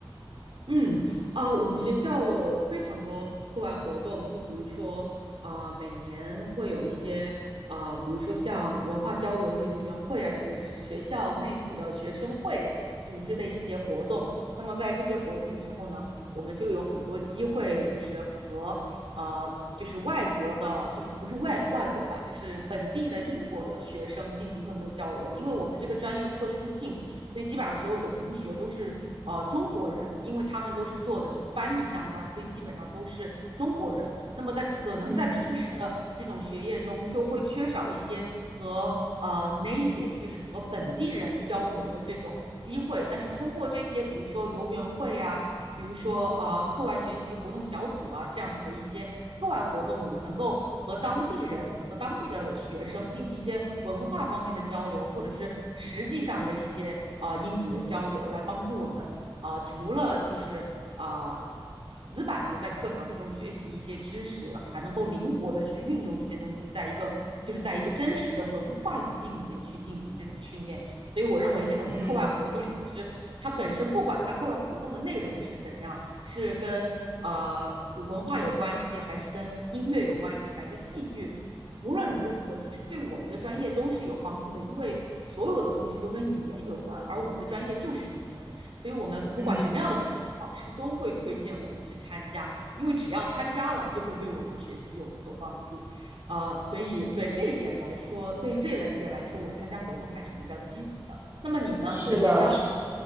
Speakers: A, on the right; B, on the right.
A: 嗯，啊、我们学校有非常多课外活动，就比如说啊、每年会有一些啊、比如说像文化交流的游园会啊之类，就是学校内部的学生会组织的一些活动。那么在这些活动的时候呢，我们就有很多机会，就是和呃，就是外国的，就是不是外外国吧，就是本地的英国的学生进行更多交流，因为我们这个专业的特殊性。所以基本上所有的同学都是呃中国人，因为他们都是做的是翻译相关，所以基本上都是中国人。那么在可能在平时的这种学业中，
B: 嗯
A: 就会缺少一些和呃 native 就是和本地人交流的这种机会，但是通过这些，比如说游园会啊，比如说呃课外学习活动小组啊这样子的一些课外活动，我们能够和当地人和当地的学生进行一些文化方面的交流，或者是实际上的一些呃英语的交流，来帮助我们呃除了就是呃死板的在课堂中学习一些知识，还能够灵活的去运用这些东西，在一个就是在一个真实的文化语境里面去进行这种训练，所以我认为这种课外活动其实它本身不管它课外活动的内容是怎样，
B: 嗯
A: 是跟呃文化有关系，还是跟音乐有关系，还是戏剧，无论如何，其实对我们的专业都是有帮助的，因为。所有的东西都跟语言有关，而我们的专业就是语言，所以我们不管什么样的活动老师都会推荐我们去参加，
B: 嗯，
A: 因为只要参加了，就会对我们的学习有所帮助。呃，所以对这一点来说，对于这一类点来说，我参加活动还是比较积极的。那么你呢？
B: 是的，
A: 你的学校里